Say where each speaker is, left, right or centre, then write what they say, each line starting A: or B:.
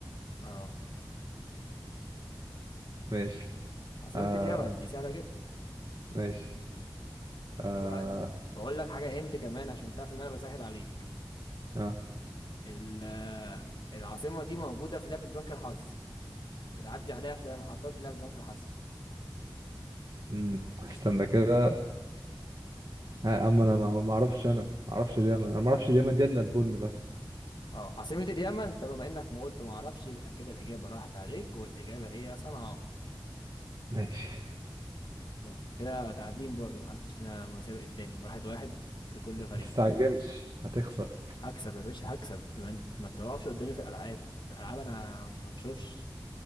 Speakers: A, on the left (about 70°); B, on the right (about 60°).
A: اه
B: ماشي
A: عاصمة
B: آه.
A: اليمن دي سهلة جدا
B: ماشي
A: وبتبقى
B: آه.
A: بقول لك حاجة هنت كمان عشان تعرف ان انا بسهل عليك
B: آه.
A: ال- العاصمة دي موجودة في لعبة بنك الحظ بتعدي عليها في لعبة- محطات لعبة بنك الحظ
B: مم. استنى كده ها، اما انا ما ما اعرفش انا ما اعرفش دايما انا ما اعرفش دايما دي الا البن بس
A: اه عاصمة اليمن انت بما انك ما قلت ما اعرفش يبقى كده الإجابة راحت عليك والإجابة هي صنعاء
B: ماشي
A: يعني كده تعادلين برضو محدش فينا مسابق التاني واحد واحد لكل
B: <laughs>
A: فريق
B: ما تستعجلش هتخسر
A: هكسب يا باشا هكسب ما انت ما توقفش قدامي في الألعاب في الألعاب انا ما بشوفش